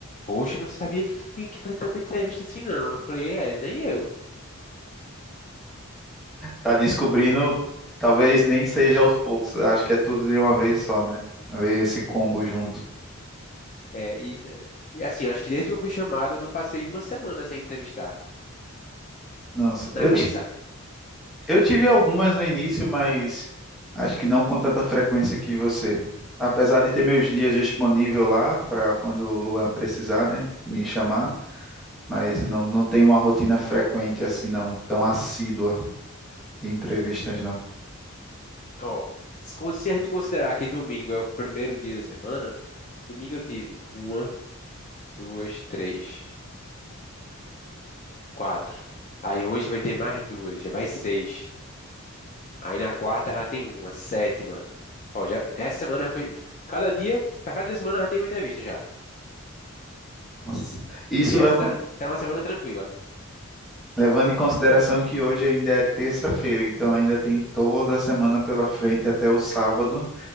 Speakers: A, on the left (about 35°); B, in the centre.
A: Poxa, eu não sabia que tu tinha que fazer tanta entrevista assim, não. Eu falei: É, nem eu.
B: Tá descobrindo, talvez nem seja aos poucos. Acho que é tudo de uma vez só, né? Ver esse combo junto.
A: É, e, e assim, acho que desde que eu fui chamado, eu não passei uma semana sem entrevistar.
B: Nossa, eu
A: Na terça.
B: Eu tive algumas no início, mas acho que não com tanta frequência que você. Apesar de ter meus dias disponível lá para quando o Luan precisar, né, me chamar, mas não, não tenho uma rotina frequente assim, não, tão assídua de entrevistas, não.
A: Ó, se con- se a gente considerar que domingo é o primeiro dia da semana, domingo eu tive uma, duas, três, quatro. Aí hoje vai ter mais duas, já vai seis. Aí na quarta já tem uma, sétima. Ó, já, essa semana já foi. Cada dia, pra cada dia da semana já tem uma entrevista já.
B: Nossa. Isso
A: E
B: leva-
A: essa tá tá uma semana tranquila.
B: levando em consideração que hoje ainda é terça-feira, então ainda tem toda a semana pela frente até o sábado,